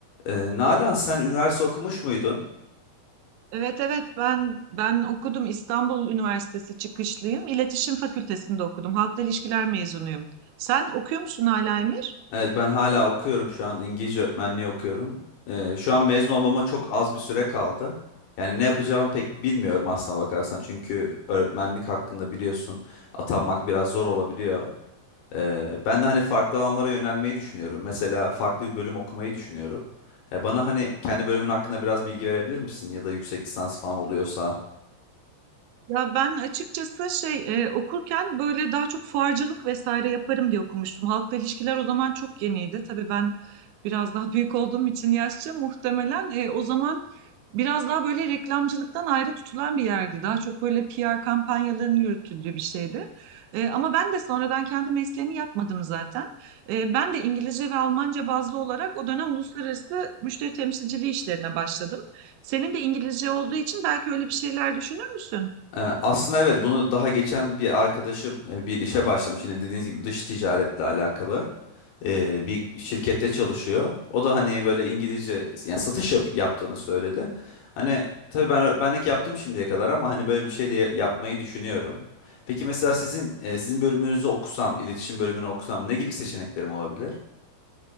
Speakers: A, on the left; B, on the right.
A: Ee, Nalan sen üniversite okumuş muydun?
B: Evet evet ben ben okudum İstanbul Üniversitesi çıkışlıyım. İletişim Fakültesinde okudum. Halkla ilişkiler mezunuyum. Sen okuyor musun hala Emir?
A: Evet ben hala okuyorum şu an İngilizce öğretmenliği okuyorum. Ee, şu an mezun olmama çok az bir süre kaldı. Yani ne yapacağımı pek bilmiyorum aslına bakarsan. Çünkü öğretmenlik hakkında biliyorsun atanmak biraz zor olabiliyor. Ee, ben de hani farklı alanlara yönelmeyi düşünüyorum. Mesela farklı bir bölüm okumayı düşünüyorum. Ee, bana hani kendi bölümün hakkında biraz bilgi verebilir misin? Ya da yüksek lisans falan oluyorsa.
B: Ya ben açıkçası şey e, okurken böyle daha çok fuarcılık vesaire yaparım diye okumuştum. Halkla ilişkiler o zaman çok yeniydi. Tabii ben biraz daha <laughs> büyük olduğum için yaşça muhtemelen e, o zaman biraz daha böyle reklamcılıktan ayrı tutulan bir yerdi. Daha çok böyle PR kampanyalarının yürütüldüğü bir şeydi. E, ama ben de sonradan kendi mesleğimi yapmadım zaten. E, ben de İngilizce ve Almanca bazlı olarak o dönem uluslararası müşteri temsilciliği işlerine başladım. Senin de İngilizce olduğu için belki öyle bir şeyler düşünür müsün?
A: Ee, Aslında evet bunu daha geçen bir arkadaşım e, bir işe başlamış yine dediğiniz gibi dış ticaretle alakalı Ee, bir şirkette çalışıyor. O da hani böyle İngilizce yani satış yap, yaptığını söyledi. Hani tabii ben öğretmenlik yaptım şimdiye kadar ama hani böyle bir şey de ya- yapmayı düşünüyorum. Peki mesela sizin e, sizin bölümünüzü okusam, iletişim bölümünü okusam ne gibi seçeneklerim olabilir?